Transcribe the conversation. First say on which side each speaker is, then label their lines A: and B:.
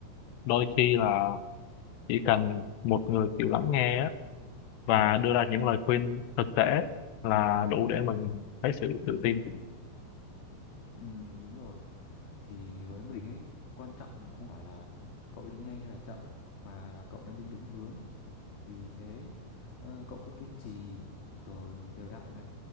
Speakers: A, on the left (about 75°); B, on the left (about 55°).
A: đôi khi là chỉ cần một người chịu lắng nghe á, và đưa ra những lời khuyên thực tế là đủ để mình thấy sự tự tin
B: Ừm, đúng rồi thì với mình ấy quan trọng không phải là cậu đi nhanh hay là chậm mà là cậu đang đi đúng hướng vì thế ờ, cậu cứ kiên trì rồi đều đặn này